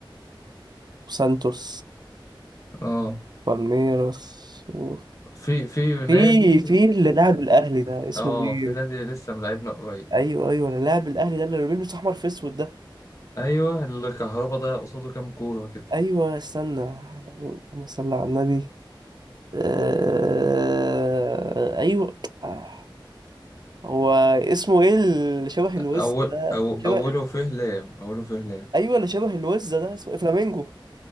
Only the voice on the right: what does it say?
وسانتوس
بالميراس و...
في في اللي لاعب الأهلي ده اسمه
مين؟
أيوه أيوه اللي لاعب الأهلي ده اللي بيلبس أحمر في أسود ده
أيوه استنى اللهم صل على النبي آه... أيوه آه، هو اسمه إيه اللي شبه الوز
ده
شبه
أيوه اللي شبه الوز ده اسمه إيه؟ فلامينجو